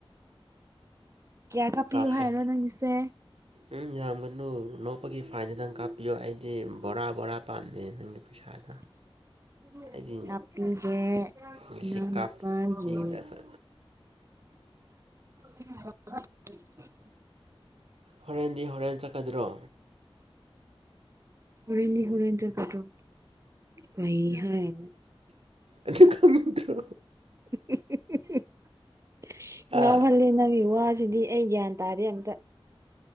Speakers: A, on the right (about 30°); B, on the right (about 80°).
A: ꯀꯌꯥ ꯀꯥꯞꯄꯤꯌꯨ
B: ꯀꯥꯞꯀꯦ
A: ꯍꯥꯏꯔꯣ ꯅꯪꯒꯤꯁꯦ
B: ꯎꯝ ꯌꯥꯝꯒꯅꯨ ꯅꯣꯛꯄꯒꯤ ꯐꯥꯏꯟꯗꯨꯗꯪ ꯀꯥꯞꯄꯤꯌꯣ ꯑꯩꯗꯤ ꯕꯣꯔꯥ ꯕꯣꯔꯥ ꯄꯥꯝꯗꯦ ꯅꯪꯒꯤ ꯄꯩꯁꯥꯗꯣ
A: <unintelligible>
B: ꯑꯩꯗꯤ
A: ꯀꯥꯄꯤꯒꯦ
B: ꯉꯁꯤ
A: ꯏꯅꯥꯎꯅꯨꯄꯥꯒꯤ
B: ꯀꯥꯞꯄꯤꯒꯗꯕ
A: <unintelligible>
B: ꯍꯣꯔꯦꯟꯗꯤ ꯍꯣꯔꯦꯟ ꯆꯠꯀꯗ꯭ꯔꯣ
A: ꯍꯔꯦꯟꯗꯤ ꯍꯔꯦꯟ ꯆꯠꯀꯗ꯭ꯔꯣ ꯀꯩ ꯍꯥꯏꯅꯣ
B: ꯑꯗꯨ ꯈꯪꯗ꯭ꯔꯣ
A: ꯍꯍ ꯍ ꯉꯥꯎꯍꯜꯂꯤ
B: ꯑꯥ
A: ꯅꯪꯒꯤ ꯋꯥꯁꯤꯗꯤ ꯑꯩ ꯒ꯭ꯌꯥꯟ ꯇꯥꯗꯦ ꯑꯝꯇ